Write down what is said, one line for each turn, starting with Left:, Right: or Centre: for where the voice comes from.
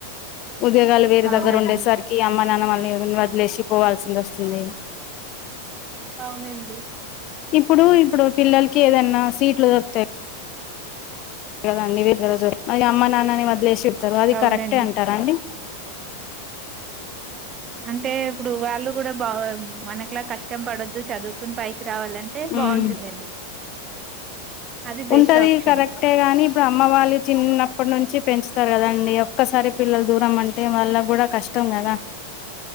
Left: ఉద్యోగాలు వేరే
Right: అవునండి
Left: దగ్గర ఉండేసరికి అమ్మ నాన్న వాళ్ళని వదిలేసి పోవాల్సింది వస్తుంది
Right: అవునండి
Left: ఇప్పుడు ఇప్పుడు పిల్లలకి ఏదన్నా సీట్లు దొరుకుతాయి కదండి వ మ అమ్మ నాన్నని వదిలేసి వెళ్తారు అది
Right: అవునండి
Left: కరెక్టే అంటార అండి
Right: అంటే ఇప్పుడు వాళ్ళు కూడా బా మనకులా కష్టం పడొద్దు చదువుకుని పైకి రావాలంటే
Left: ఉమ్
Right: బాగుంటుందండి అది బెస్ట్
Left: ఉంటది
Right: ఆప్షన్
Left: కరెక్టే గాని ఇప్పుడు అమ్మ వాళ్ళు చిన్నప్పటి నుంచి పెంచుతారు కదండి ఒక్కసారి పిల్లలు దూరం అంటే వాళ్ళ కూడా కష్టం కదా